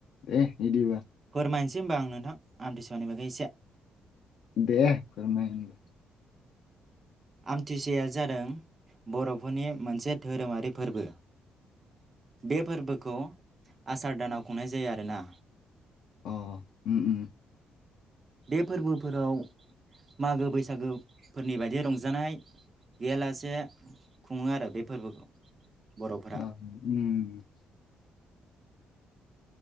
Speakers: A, on the left; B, on the right.
A: दे बिदिबा।
B: फोरमायनोसै होमबा आं नोंथां आमथिसुवानि बागै एसे।
A: दे फोरमाय होमबा।
B: आमथिसुवाया जादों बर'फोरनि मोनसे धोरोमारि फोरबो। बे फोरबोखौ आसार दानाव खुंनाय जायो आरोना।
A: अ उम उम।
B: बे फोरबोफोराव मागो बैसागो फोरनि बायदि रंजानाय गैयालासे खुङो आरो बे फोरबोखौ बर'फोरा।
A: अ उम